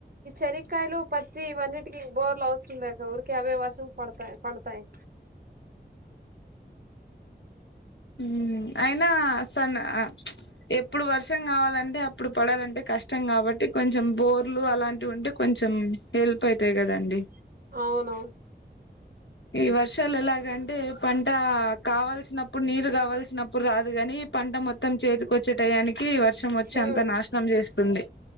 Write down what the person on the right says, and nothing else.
ఈ శనక్కయలు పత్తి ఇవన్నిటికిీ బోర్ల అవసరం లేక ఊరికే అవే వర్షం పడతాయి పండతాయి
అవును
హ్మ్